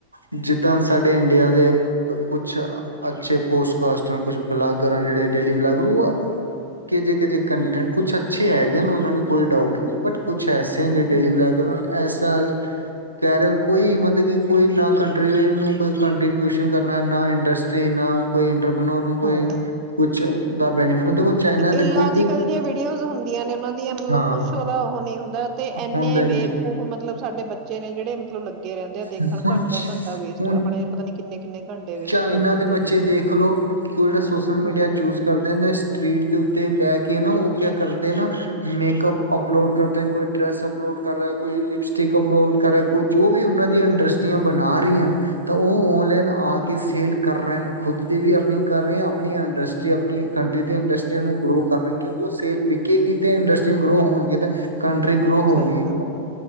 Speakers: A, on the right; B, on the right.
A: ਜਿੱਦਾਂ ਸਾਡੇ ਇੰਡੀਆ ਦੇ ਕੁਛ ਅੱਛੇ ਪੋਸਟ ਕਸਟ ਕੁਛ ਬਲਾਗਰ ਜਿਹੜੇ ਡੇਲੀ ਬਲਾਗਰ ਉਹ ਕਿਹ ਜਿਹੇ ਕਿਹ ਜਿਹੇ ਕੰਟੈਂਟ ਕੁਛ ਅੱਛੇ ਹੈਗੇ ਨੇ ਉਹਨਾਂ ਨੂੰ ਕੋਈ ਡਾਊਟ ਨਹੀਂ ਬਟ ਕੁਛ ਪੈਸੇ ਜਿਹੜੇ ਡੇਲੀ
B: ਹਮ
A: ਵਲਾਗਰ ਇਸਸ ਕਹਿ ਰਹੇ ਹੋ ਕੋਈ ਮਤਲਬ ਕਿ ਕੋਈ ਕੰਟਰੀਿ ਕੋਈ ਕੰਟ੍ਰੀਬਿਊਸ਼ਨ ਕਰਨਾ ਨਾ ਨਾ ਇੰਡਸਟਰੀ ਨਾ ਕੋਈ ਇੰਟਰਪਨੋਰ ਨੂੰ ਕੋਈ
B: ਹ
A: ਕੁਛ ਦਾ ਬੈਨੀਫਿਟ ਹੁੰਦਾ ਕੋਈ ਚਾਈਨਾ
B: ਇਲੋਜੀਕਲ
A: ਦੇਖੋ ਕਿ
B: ਜਆਂ ਵੀਡੀਓਜ਼ ਹੁੰਦੀਆਂ ਨੇ ਉਹਨਾਂ ਦੀਆਂ ਮਤਲਬ
A: ਹਾਂ
B: ਕੁਛ ਉਹਦਾ ਉਹ ਨਹੀਂ ਹੁੰਦਾ ਤੇ ਇੰਨੇ
A: ਹੁੰਦਾ ਹੀ
B: ਬੇਵਕੂਫ
A: ਏ
B: ਮਤਲਬ ਸਾਡੇ ਬੱਚੇ ਨੇ ਜਿਹੜੇ ਮਤਲਬ ਲੱਗੇ ਅੱਗੇ ਰਹਿੰਦੇ ਆ ਦੇਖਣ
A: ਹੁਣ
B: ਘੰਟਾ ਘੰਟਾ ਵੇਸਟ
A: ਹੁਣ
B: ਆਪਣੇ ਪਤਾ ਨੀੰਨੇ ਕਿੰਨੇ ਘੰਟੇ ਵੇਸਟ
A: ਚਾਈਨਾ
B: ਕਰ ਦਿੰਦੇ
A: ਦੇ ਬੱਚੇ
B: ਆ ਦੇਖਣ
A: ਦੇਖਲੋ
B: ਚ
A: ਕਿ ਉਹ ਜਿਹੜਾ ਸੋਸ਼ਲ ਮੀਡੀਆ
B: ਹਮ
A: ਯੂਜ ਕਰਦੇ ਹਦਾ ਸਟਰੀਟ ਦੇ ਉੱਤੇ ਬਹਿ ਕੇ ਨਾ ਕਿਆ ਕਰਦੇ ਨਾ ਮੇਕਅਪ ਅਪਲੋਡ ਕਰਦੇ ਕੋਈ ਡਰੈਸ ਅਪਲੋਡ ਕਰ ਰਿਹਾ ਕੋਈ ਲਿਪਸਟਿਕ ਅਪਲੋਡ ਕਰ ਰਿਹਾ ਕੋਈ ਜੋ ਵੀ ਉਹਨਾਂ ਦੀਆਂ ਇੰਡਸਟਰੀਆਂ
B: ਹਮ
A: ਬਣਾ ਰਹੀਆਂ ਨੇ ਤਾਂ ਉਹ ਔਨਲਾਈਨ ਆ ਕਿ ਸੇਲ ਕਰ ਰਹੇ ਖੁਦ ਦੀ ਵੀ ਅਰਨਿੰਗ ਕਰ ਰਹੇ ਆਪਣੀ ਇੰਡਸਟਰੀ ਆਪਣੀ ਕੰਟਰੀ ਦੀ ਇੰਡਸਟਰੀਆਂ ਨੂੰ ਗਰੋ ਕਰ ਰਹੇ ਕਿਉਂਕਿ ਉਹ ਸੇਲ ਵਿਕੇਗੀ ਤੇ ਇੰਡਸਟਰੀਆਂ ਗਰੋ ਹੋਣਗ ਤੇ ਕੰਟਰੀ ਗਰੋ ਹੋ
B: ਸਹੀ
A: ਗਈ
B: ਗੱਲ ਹੈ